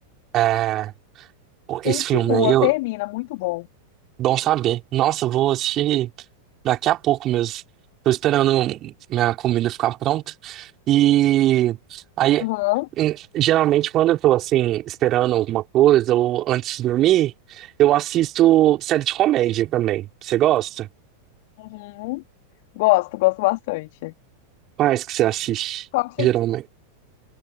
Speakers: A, on the right; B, on the left.
A: é,
B: Continua,
A: esse filme. aí. Eu,
B: termina, muito bom.
A: bom saber. Nossa, eu vou assistir daqui a pouco mesmo. Tô esperando minha comida ficar pronta. E aí,
B: Uhum.
A: em- geralmente, quando eu tô assim, esperando alguma coisa ou antes de dormir, eu assisto série de comédia também. Você gosta?
B: Uhum. Gosto, gosto bastante.
A: Quais que você assiste,
B: Qual que você...
A: geralmente?